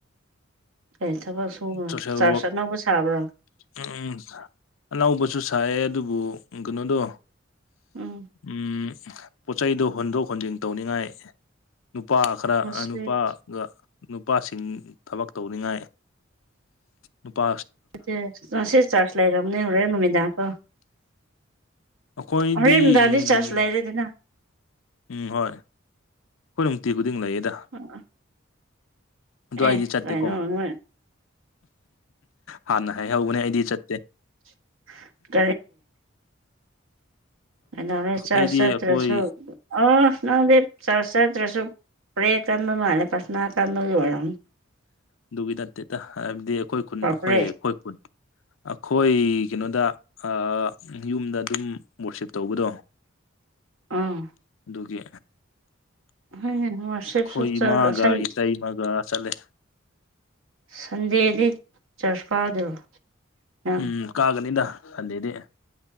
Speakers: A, on the right; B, on the left.
A: ꯀꯩ ꯊꯕꯛ ꯁꯨꯕꯅꯣ
B: ꯁꯣꯁꯦꯜ
A: ꯆꯥꯔꯁ
B: ꯋꯥꯔꯛ
A: ꯑꯅꯧꯕ ꯁꯥꯕ꯭ꯔꯥ
B: ꯎꯝ ꯑꯅꯧꯕꯁꯨ ꯁꯥꯏꯌꯦ ꯑꯗꯨꯕꯨ ꯀꯩꯅꯣꯗꯣ
A: ꯎꯝ
B: ꯎꯝ ꯄꯣꯠꯆꯩꯗꯣ ꯍꯣꯟꯗꯣꯛ ꯍꯣꯟꯖꯤꯟ ꯇꯧꯅꯤꯡꯉꯥꯏ ꯅꯨꯄꯥ ꯈꯔ
A: ꯉꯁꯤ
B: ꯅꯨꯄꯥ ꯒ ꯅꯨꯄꯥꯁꯤꯡ ꯊꯕꯛ ꯇꯧꯅꯤꯡꯉꯥꯏ ꯅꯨꯄꯥ
A: ꯆ ꯉꯁꯦ ꯆꯔꯁ ꯂꯩꯔꯝꯅꯦ ꯍꯣꯔꯦꯟ ꯅꯨꯃꯤꯗꯥꯡ ꯀꯣ
B: ꯑꯩꯈꯣꯏꯗꯤ
A: ꯍꯣꯔꯦꯟ ꯅꯨꯗꯥꯡꯗꯤ
B: ꯎꯝ
A: ꯆꯥꯔꯁ ꯂꯩꯔꯦꯗꯅ
B: ꯎꯝ ꯍꯣꯏ ꯈꯣꯏ ꯅꯨꯡꯇꯤ ꯈꯨꯗꯤꯡ ꯂꯩꯌꯦꯗ
A: <unintelligible>
B: ꯑꯗꯣ ꯑꯩꯗꯤ
A: ꯑꯦ
B: ꯆꯥꯇꯦꯀꯣ
A: ꯀꯩꯅꯣ ꯅꯣꯏ
B: ꯍꯥꯟꯅ ꯍꯥꯏꯍꯧꯕꯅꯦ ꯑꯩꯗꯤ ꯆꯠꯇꯦ
A: <unintelligible> ꯀꯗꯧꯔꯦ ꯆꯔꯖ
B: ꯑꯩꯗꯤ
A: ꯆꯇ꯭ꯔꯁꯨ
B: ꯑꯩꯈꯣꯏ
A: ꯑꯣ ꯅꯪꯗꯤ ꯆꯔꯖ ꯆꯇ꯭ꯔꯁꯨ ꯄ꯭ꯔꯦ ꯀꯟꯕ ꯃꯥꯂꯦ ꯄꯔꯊꯅꯥ ꯀꯟꯕꯒꯤ ꯑꯣꯢꯔꯝ
B: ꯑꯗꯨꯒꯤ ꯅꯠꯇꯦꯗ ꯍꯥꯏꯕꯗꯤ ꯑꯈꯣꯏ ꯈꯨꯟ ꯑꯈꯣꯏ
A: ꯄ꯭ꯔꯦ
B: ꯑꯈꯣꯏ ꯈꯨꯟ ꯑꯈꯣꯏ ꯀꯩꯅꯣꯗ ꯑ ꯌꯨꯝꯗ ꯑꯗꯨꯝ ꯋꯣꯔꯁꯤꯞ ꯇꯧꯕꯗꯣ
A: ꯎꯝ
B: ꯗꯨꯒꯤ
A: ꯍꯣꯏꯅꯦ ꯋꯥꯔꯁꯤꯞꯁꯨ
B: ꯈꯣꯏ
A: ꯆꯠ
B: ꯏꯃꯥꯒ
A: ꯁꯟ
B: ꯏꯇꯩꯃꯒ ꯆꯂꯦ
A: ꯁꯟꯗꯦꯗꯤ ꯆꯔꯆ ꯀꯥꯗ꯭ꯔꯣ ꯅꯪ
B: ꯎꯝ ꯀꯥꯒꯅꯤꯗ ꯁꯟꯗꯦꯗꯤ